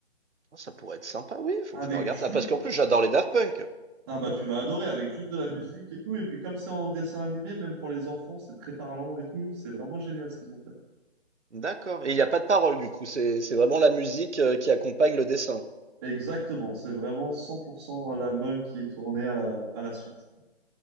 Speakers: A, on the right; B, on the right.
A: Oh, ça pourrait être sympa, oui, faut
B: avec
A: que je me regarde
B: juste.
A: ça. Parce qu'en plus, j'adore les Daft Punk.
B: Ah bah tu vas adorer avec juste de la musique et tout. Et puis comme c'est en dessin animé, même pour les enfants, c'est très parlant et tout. C'est vraiment génial ce qu'ils ont fait.
A: D'accord. Et il n'y a pas de parole, du coup. C'est, c'est vraiment la musique euh, qui accompagne le dessin.
B: Exactement. C'est vraiment 100% l'album qui est tourné à la, à la suite.